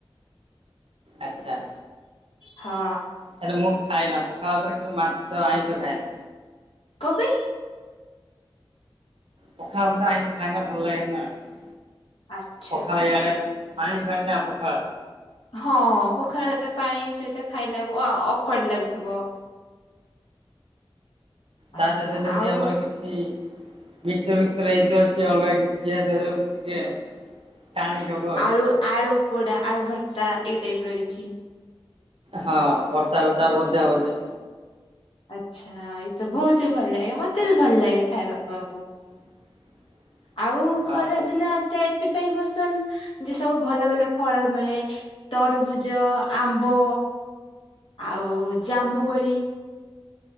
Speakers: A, on the right; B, on the left.
A: ଆଚ୍ଛା।
B: ହଁଅ।
A: ହେଲେ ମୁଁ ଖାଏନା ପଖାଳ ଭାତରେ କେବେ ମାଛ ଆଇଁଷ ଖାଏନା।
B: କଂଅ ପାଇ?
A: ପଖାଳ ଭାତରେ ଆଇଁଷ ଖାଏନା ଭଲ ଲାଗେନା ଆଉ,
B: ଆଚ୍ଛା।
A: ପଖାଳ ଇଆଡେ ପାଣି ଫାଣି ନା ପଖାଳ।
B: ହଁ ପଖାଳ ଏତେ ପାଣି ସେଇତା ଖାଇଲା ଅ-ଅକ୍ୱଆର୍ଡ ଲାଗୁଥିବ। ଆଚ୍ଛା
A: ତା ସହିତ ଯଦି
B: ଆଉ
A: ଆମର କିଛି ଛି ମିକ୍ସଚର ଫିକ୍ସଚର ହେଇଯିବ କି ଅଲଗା କିଛି ପିଆଜ ହେଇଥିବ ଟିକେ ଟାଣିକି ଖାଉ।
B: ଆଳୁ ଆଳୁ ପୋଡା ଆଳୁ ଭର୍ତ୍ତା ଏଇ ଟାଇପର କିଛି।
A: ହଁ ଭର୍ତ୍ତା ବର୍ତ୍ତା ଭଜା ଭଜା
B: ଆଚ୍ଛା ଏଇତ ବୋହୁତ ହି ଭଲ ଲାଗେ ମତେ ବି ଭଲ ଲାଗେ ଖାଇବାକୁ ଆକୁ।
A: <inaudible>
B: ଆଉ
A: ହଁ
B: ଖରା
A: ପ
B: ଦିନଟା ଏଥିପାଇଁ ବସନ୍ଦ ଯେ ସବୁ ଭଲ ଭଲ ଫଳ ମିଳେ। ତରଭୁଜ, ଆମ୍ବ ଆଉ ଜାମୁକୋଳି